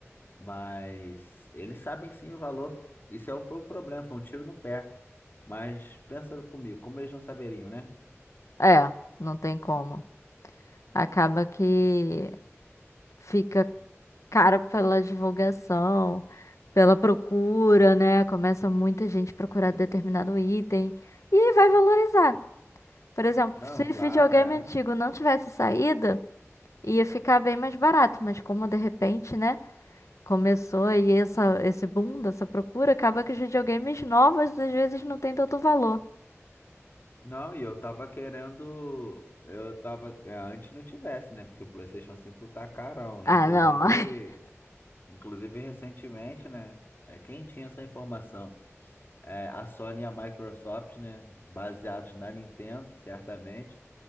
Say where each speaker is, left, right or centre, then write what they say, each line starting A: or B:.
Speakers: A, on the left; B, on the left.
A: Mas eles sabem sim o valor. Isso é- foi um problema, foi um tiro no pé. Mas pensa comigo, como eles não saberiam, né?
B: É, não tem como. Acaba que fica cara pela divulgação, pela procura, né? Começa muita gente procurar determinado item e vai valorizar. Por exemplo,
A: Não,
B: se videogame
A: claro, é.
B: antigo não tivesse saída, ia ficar bem mais barato, mas como de repente, né? Começou aí essa, esse boom dessa procura, acaba que os videogames novos às vezes não tem tanto valor.
A: Não, e eu tava querendo. Eu tava. é, Antes não tivesse, né? Porque o PlayStation 5 tá carão.
B: Ah,
A: Inclusive,
B: não. <laughs>
A: inclusive recentemente, né? É, quem tinha essa informação? É, a Sony e a Microsoft, né? Baseados na Nintendo, certamente,